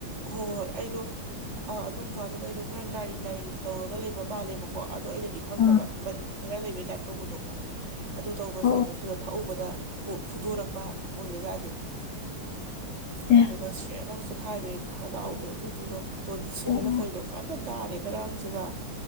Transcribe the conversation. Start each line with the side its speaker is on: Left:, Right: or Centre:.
Right: ꯍꯣ ꯍꯣꯏ ꯑꯩꯗꯣ ꯑꯥ ꯑꯗꯨꯝ ꯀꯥꯟꯗꯨꯗ ꯑꯩꯅꯣ ꯈꯔ ꯅꯥꯔꯤ ꯅꯥꯔꯤ ꯇꯧꯔꯒ ꯂꯩꯕ ꯃꯥꯜꯂꯦꯕꯀꯣ ꯑꯗꯣ ꯑꯩꯅꯗꯤ ꯈꯪꯗꯕ
Left: ꯑꯥ
Right: ꯃꯅꯤꯟ ꯈꯔ ꯂꯩꯕꯩ ꯇꯥꯏꯞ ꯇꯧꯕꯗꯣ ꯑꯗꯨ ꯇꯧꯕꯖꯗꯦ
Left: ꯑꯣ ꯑꯣ
Right: ꯑꯗꯨꯗ ꯊꯛꯎꯧꯕꯗ ꯐꯨꯗꯣꯔꯛꯄ ꯑꯣꯏꯕ ꯌꯥꯗꯦ
Left: ꯑꯦ
Right: ꯑꯗꯨꯒ ꯁꯇ꯭ꯔꯦꯠ ꯂꯥꯎ ꯆꯦꯈꯏꯒꯤ꯫ ꯈꯅꯥꯎꯗꯣ ꯑꯗꯨꯗꯨꯒ ꯇꯣꯟꯁꯤꯜꯂ
Left: ꯑꯣ ꯑꯣ
Right: ꯀꯩꯅꯣ ꯀꯟꯅ ꯅꯥꯔꯦ ꯉꯔꯥꯡꯁꯤ ꯅꯥ